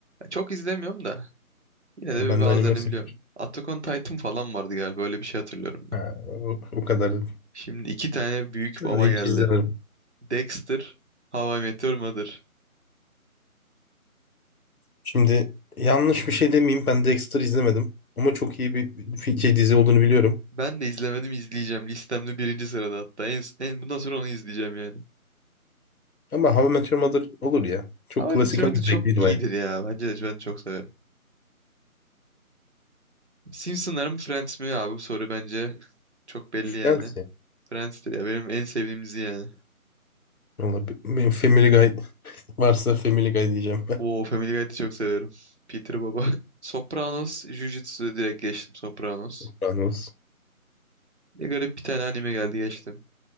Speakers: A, on the right; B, on the left.
A: Çok izlemiyorum da. Yine
B: Ha,
A: de bir
B: Ben
A: bazılarını
B: de anime sıfır.
A: biliyorum. Attack on Titan falan vardı galiba. Öyle bir şey hatırlıyorum ben.
B: Ha, o, o kadar.
A: Şimdi iki tane büyük
B: Evet,
A: baba geldi.
B: hiç izlemedim.
A: Dexter, How I Met Your Mother.
B: Şimdi yanlış bir şey demeyeyim. Ben Dexter izlemedim. Ama çok iyi bir fi- şey, dizi olduğunu biliyorum.
A: Ben de izlemedim izleyeceğim. Listemde birinci sırada hatta. En, en, bundan sonra onu izleyeceğim yani.
B: Ama How I Met Your Mother olur ya. Çok
A: How I
B: klasik
A: Met Your
B: ama
A: Mother
B: zevkliydi
A: çok iyidir
B: bayağı.
A: ya. Bence de ben çok severim. Simpsonlar mı Friends mi abi bu soru bence çok belli yani.
B: Yani
A: Friends'tir ya benim en sevdiğim dizi yani.
B: Valla be- benim Family Guy varsa Family Guy diyeceğim ben.
A: Oo Family Guy'ı da çok severim. Peter Baba. <laughs> Sopranos, Jujutsu'ya direkt geçtim Sopranos.
B: <laughs> Kur'an olsun.
A: Ne garip bir tane anime geldi geçtim.